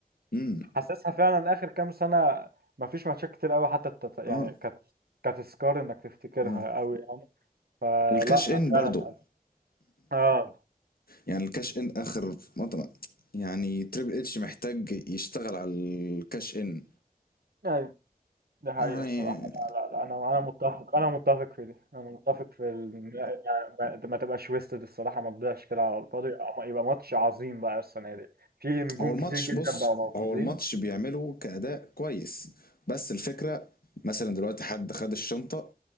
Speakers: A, on the left (about 70°); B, on the right (about 80°).
A: امم
B: حاسسها فعلا آخر كام سنة مفيش ماتشات كتير أوي حتى تت... يعني
A: اه
B: كانت كانت تذكار إنك تفتكرها
A: اه
B: أوي يعني آه
A: والكاش
B: لا
A: ان برضو
B: فعلا اه
A: يعني الكاش ان اخر مطلع يعني تريبل اتش محتاج يشتغل على الكاش ان
B: أيوة. دي حقيقة
A: يعني
B: الصراحة لا لا لا أنا أنا متفق أنا متفق في دي أنا متفق في ال... يعني ما, ما تبقاش ويستد الصراحة ما تضيعش كده على الفاضي يبقى يبقى ماتش عظيم بقى السنة دي في نجوم
A: هو الماتش
B: كتير جدا
A: بص
B: بقوا موجودين
A: هو الماتش بيعمله كأداء كويس بس الفكرة مثلا دلوقتي حد خد الشنطة